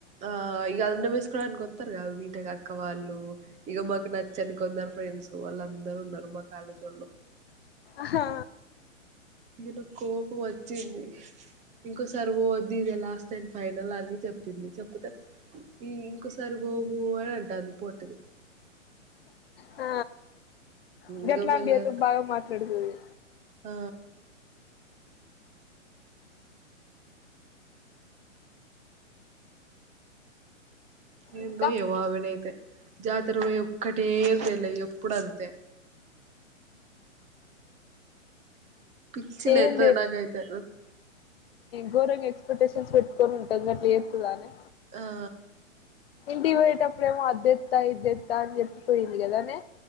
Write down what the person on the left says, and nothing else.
ఆ
ఆ ఇంకా
ఎట్లా
అంటిడి అదో బాగా మాట్లాడుతుంది
ఇంకా
ఏం
గోరంగ ప్రొటేన్ పెట్టుకొనింటా అట్లే కులానే
డివైట్ అ ప్రడేమో అదదిత్త ఇద ఎత్తాం చె పోయిందికదాన్నే